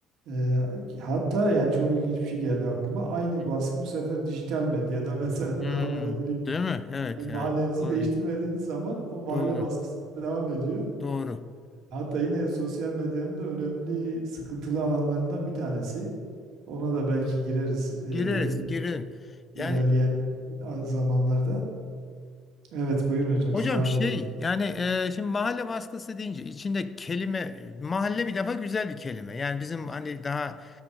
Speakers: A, on the right; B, on the left.
A: e, hatta yani çok ilginç bir şey geldi aklıma. Aynı
B: Hı.
A: baskı bu sefer dijital medyada <laughs> mesela
B: Hı.
A: devam edebiliyor.
B: Değil mi? Evet
A: Yani
B: yani.
A: mahallenizi
B: Doğru.
A: değiştirmediğiniz zaman o mahalle
B: Doğru.
A: baskısı devam ediyor.
B: Doğru.
A: Hatta yine sosyal medyanın da önemli sıkıntılı alanlarından bir tanesi. Ona da belki gireriz eee,
B: Gireriz, girin. Yani
A: ilerleyen zamanlarda. Evet buyurun hocam
B: Hocam
A: siz devam
B: şey
A: edeceğim.
B: yani e, şimdi mahalle baskısı deyince içinde kelime mahalle bir defa güzel bir kelime. Yani bizim hani daha